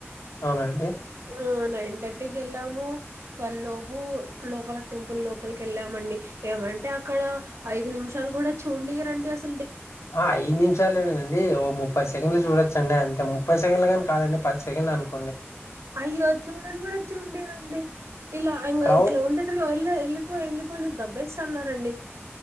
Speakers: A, on the left; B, on the right.
A: అవునా అండి
B: ఉమ్ నైన్ తర్టీకి వెళ్ళాము ట్వెల్వ్ లోపు లోపలకి టెంపుల్ లోపలికి వెళ్ళామండి ఏమంటే అక్కడ ఐదు నిమిషాలు కూడా చూడనీరండి అస్
A: ఆ ఐదు నిమిషాలుేండి ఓ ముప్పై సెకండ్లు చూడొచ్చండి అంతే ముప్పై సెకండ్లు కాదండి పది సెకండ్లనుకో
B: అయ్యో చూడను కూడా చూడినీరండి ఇలా ఇంగ
A: క్రౌ
B: ఇట్లా ఉండేకు వెళ్ళ వెళ్ళిపో వెళ్ళిపోండి అని దబ్బేస్తాన్నారండి